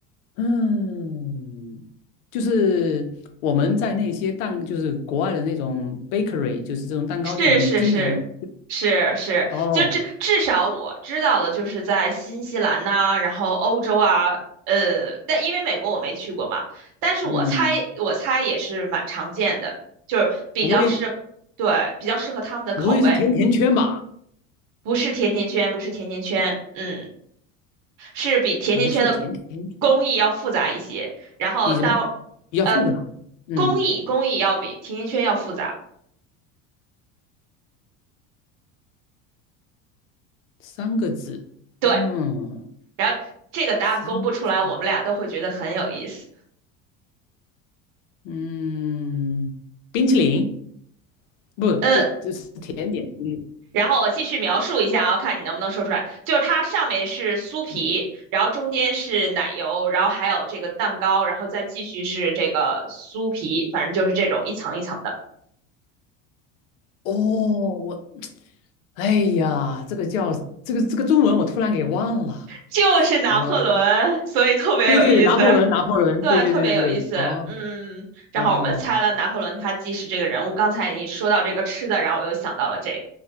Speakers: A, on the left; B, on the right.
A: 嗯，就是我们在那些蛋，就是国外的那种 bakery，就是这种蛋糕店里面，
B: 是是是是是，
A: 经常哦，
B: 就至至少我知道的就是在新西兰呐、然后欧洲啊，呃，但因为美国我没去过嘛，但是我猜我猜也是蛮常见的，
A: 嗯，
B: 就是比较适合，
A: 不会
B: 对，比较适合他们的口味。
A: 不会是甜甜圈吧？
B: 不是甜甜圈，不是甜甜圈，嗯。是比甜甜圈的
A: 不是甜甜圈。
B: 工艺要复杂一些，然后当
A: 比什么？比较复杂。
B: 呃
A: 嗯，
B: 工艺工艺要比甜甜圈要复杂，
A: 三个字。
B: 对，
A: 嗯，
B: 然后这个答案公布出来，
A: 三个字。
B: 我们俩都会觉得很有意思，
A: 嗯，冰淇淋不，
B: 嗯，
A: 这这是甜点。嗯
B: 然后我继续描述一下啊，看你能不能说出来。就是它上面是酥皮，
A: 嗯
B: 然后中间是奶油，然后还有这个蛋糕，然后再继续是这个酥皮，反正就是这种一层一层的，
A: 哦，我，哎呀，这个叫这个这个中文我突然给忘了。
B: 就是拿破仑，
A: 我当
B: 所以特别有意思。
A: 对对对，拿破仑，拿破仑，
B: 对，
A: 对对对对对。
B: 特别有意思。
A: 哦
B: 嗯，正好我们猜了拿破仑他既是这个人物，
A: 哦，
B: 刚才你说到这个吃的，然后我又想到了这个，